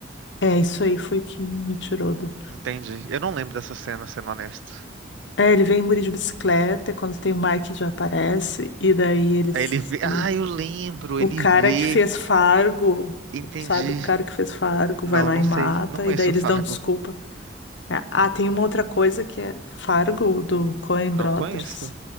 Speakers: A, on the left (about 75°); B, on the right (about 80°).
A: É, isso aí foi que me tirou do.
B: Entendi. Eu não lembro dessa cena, sendo honesto.
A: É, ele vem em Muri de bicicleta, é quando tem o Mike já aparece, e daí eles.
B: Aí ele vê. Ah,
A: O,
B: eu lembro.
A: o
B: Ele
A: cara
B: vê.
A: que fez Fargo,
B: Entendi.
A: sabe? O cara que fez Fargo
B: Não,
A: vai lá
B: não
A: e mata,
B: sei. Não conheço
A: e daí eles
B: o Fargo.
A: dão desculpa. É. Ah, tem uma outra coisa que é Fargo, do Coen
B: Não
A: Brothers.
B: conheço.